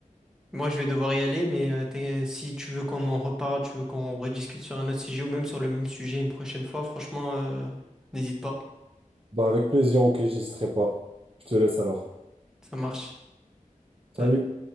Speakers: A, in the centre; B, on the right (about 40°).
A: moi, je vais devoir y aller. Mais euh, t'es- si tu veux qu'on en reparle, tu veux qu'on rediscute sur un autre sujet ou même sur le même sujet une prochaine fois, franchement, euh, n'hésite pas.
B: Bah, avec plaisir, ok, j'hésiterai pas. Je te laisse alors.
A: Ça marche.
B: Salut.
A: Salut.